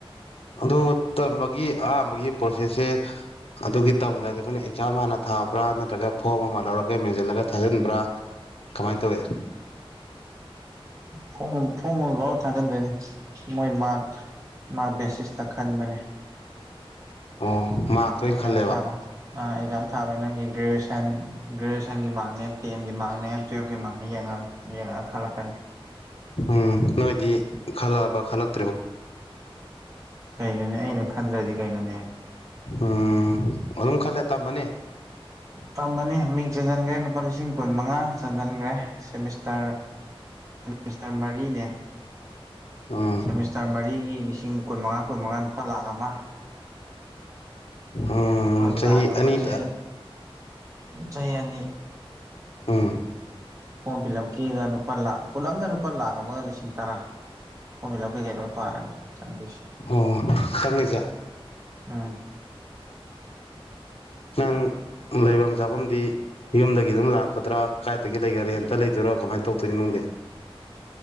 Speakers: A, on the left (about 75°); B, on the right (about 35°).
A: ꯑꯗꯨ ꯇꯝꯕꯒꯤ ꯑꯍꯥꯟꯕꯒꯤ ꯄ꯭ꯔꯣꯁꯦꯁꯁꯦ ꯑꯗꯨꯒꯤ ꯇꯝꯒ ꯍꯥꯏꯗꯤ ꯑꯩꯈꯣꯏꯅ ꯑꯦꯛꯖꯥꯝ ꯍꯥꯟꯅ ꯊꯥꯕ꯭ꯔꯥ ꯅꯠꯇ꯭ꯔꯒ ꯐꯣꯝ ꯑꯃ ꯂꯧꯔꯒ ꯃꯦꯟꯁꯤꯜꯂꯒ ꯊꯥꯖꯤꯟꯕ꯭ꯔꯥ ꯀꯃꯥꯏꯅ ꯇꯧꯋꯦ
B: ꯐꯣꯝ ꯐꯣꯝ ꯑꯃ ꯂꯧꯔ ꯊꯥꯖꯟꯗꯣꯏꯅꯦ ꯃꯣꯏ ꯃꯥꯛ ꯃꯥꯛ ꯕꯦꯁꯤꯁ ꯇ ꯈꯟꯕꯅꯦ
A: ꯑꯣ ꯃꯥꯛꯇ
B: ꯑꯦꯛꯖꯥꯝ
A: ꯑꯣꯏꯅ ꯈꯜꯂꯦꯕ
B: ꯊꯥꯔꯣꯏ ꯑꯥ ꯑꯦꯛꯖꯥꯝ ꯊꯔꯣꯏ ꯅꯪꯒꯤ ꯒ꯭ꯔꯦꯖꯨꯋꯌꯦꯁꯟ ꯒ꯭ꯔꯦꯖꯨꯋꯦꯁꯟꯒꯤ ꯃꯥꯔꯛꯅꯦ ꯇꯦꯟꯒꯤ ꯃꯥꯔꯛꯅꯦ ꯇꯨꯌꯦꯜꯞꯀꯤ ꯃꯥꯔꯛꯅꯦ ꯌꯦꯡꯉ ꯌꯦꯡꯉ ꯈꯜꯂꯛ ꯀꯅꯤ
A: ꯎꯝ ꯅꯣꯏꯗꯤ ꯈꯜꯂꯛꯑꯕ ꯈꯜꯂꯛ
B: ꯀꯩꯅꯣꯅꯦ ꯑꯩꯅ ꯈꯟꯗ꯭ꯔꯗꯤ ꯀꯩꯅꯣꯅꯦ ꯍꯦ
A: ꯎꯝ ꯑꯗꯨꯝ ꯈꯜꯂꯦ ꯇꯝꯃꯅꯤ
B: ꯇꯝꯕꯅꯤ ꯃꯤꯡ ꯆꯟꯁꯤꯟꯈ꯭ꯔꯦ ꯂꯨꯄꯥ ꯂꯤꯁꯤꯡ ꯀꯨꯟ ꯃꯉꯥ ꯆꯟꯍꯟꯈ꯭ꯔꯦ ꯁꯦꯃꯤꯁꯇꯔ ꯁꯦꯃꯤꯁꯇꯔ ꯃꯔꯤꯅꯦ
A: ꯎꯝ
B: ꯁꯦꯃꯤꯁꯇꯔ ꯃꯔꯤꯒꯤ ꯂꯤꯁꯤꯡ ꯀꯨꯟꯃꯉꯥ ꯀꯨꯟꯃꯉꯥ ꯂꯨꯄꯥ ꯂꯥꯛ ꯑꯃ
A: ꯎꯝ
B: ꯂꯨꯄꯥꯣꯏ
A: ꯆꯍꯤ
B: ꯂꯥꯛ ꯑꯃꯁꯦ
A: ꯑꯅꯤꯇ
B: ꯆꯍꯤ ꯑꯅꯤ
A: ꯑꯥ
B: ꯍꯣꯝ ꯐꯤꯂꯞꯀꯤꯒ ꯂꯨꯄꯥ ꯂꯥꯛ ꯄꯨꯂꯞꯅ ꯂꯨꯄꯥ ꯂꯥꯛ ꯑꯃꯒ ꯂꯤꯁꯤꯡ ꯇꯔꯥ ꯍꯣꯤꯂꯞ ꯄꯥꯔꯒ ꯆꯁ
A: ꯑꯣ ꯆꯪꯉꯤꯁꯦ
B: ꯎꯝ
A: ꯅꯪ ꯂꯩꯐꯝ ꯆꯥꯐꯝꯗꯤ ꯌꯨꯝꯗꯒꯤ ꯑꯗꯨꯝ ꯂꯥꯛꯀꯗ꯭ꯔꯥ ꯀꯗꯥꯥꯏꯗꯒꯤ ꯂꯩꯒꯔꯥꯝꯇ ꯂꯩꯇꯣꯏꯔꯣ ꯀꯃꯥꯏ ꯇ ꯇꯧꯗꯣꯏꯅꯦ ꯅꯨꯡꯒꯤ